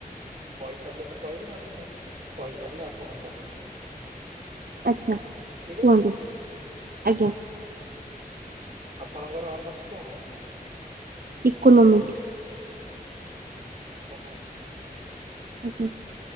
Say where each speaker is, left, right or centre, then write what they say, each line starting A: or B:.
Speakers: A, on the right (about 40°); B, on the right (about 70°).
A: କହିସାରିଲେ ମୁଁ କହିବି ନହେଲେ ମୁଁ କହିସାରିଲେ ଆପଣ କହିବେ।
B: ଆଚ୍ଛା
A: ଠିକଅଛି।
B: କୁହନ୍ତୁ ଆଜ୍ଞା
A: ଆପଣଙ୍କର ଅନର୍ସ କଣ?
B: ଇକୋନମିକ।
A: ପ ନା <inaudible>
B: ଆଜ୍ଞା।